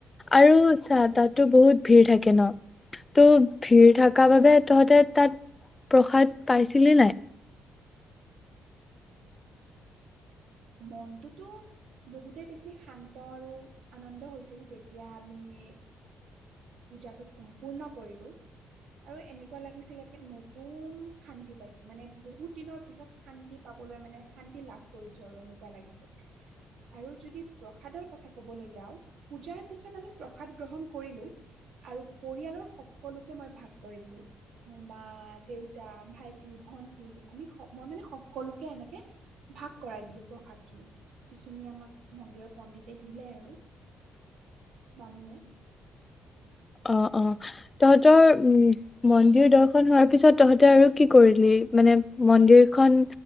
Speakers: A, on the left; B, on the right.
A: আৰু আচ্ছা তাতো বহুত ভিৰ থাকে ন <unintelligible> ত' ভিৰ থকা বাবে তহঁতে তাত প্ৰসাদ পাইছিলি নাই? <inaudible>
B: মনটোতো বহুতে বেছি শান্ত আৰু আনন্দ হৈছিল যেতিয়া আমি <unintelligible> <unintelligible> পূজাটো সম্পূৰ্ণ কৰিলোঁ <unintelligible> আৰু এনেকুৱা লাগিছিলে কি নতুন শান্তি পাইছো মানে বহুত দিনৰ পিছত শান্তি পাব <unintelligible> <unintelligible> মানে শান্তি লাভ কৰিছোঁ আৰু এনেকুৱা লাগিছে <unintelligible> আৰু যদি প্ৰসাদৰ কথা কবলৈ যাওঁ পূজাৰ পিছত আমি প্ৰসাদ গ্ৰহণ কৰিলো <unintelligible> আৰু পৰিয়ালৰ সকলোকে মই ভাগ কৰি দিলো মোৰ মা, দেউতা, ভাইটি, ভন্টি আমি মই মানে সকলোকে এনেকে ভাগ কৰাই দিলোঁ প্ৰসাদখিনি যিখিনি আমাক মন্দিৰৰ পণ্ডিতে দিলে আৰু বামুণে
A: অ অ তহঁতৰ উম মন্দিৰ দৰ্শন হোৱাৰ পিছত তহঁতে আৰু কি কৰিলি মানে মন্দিৰখন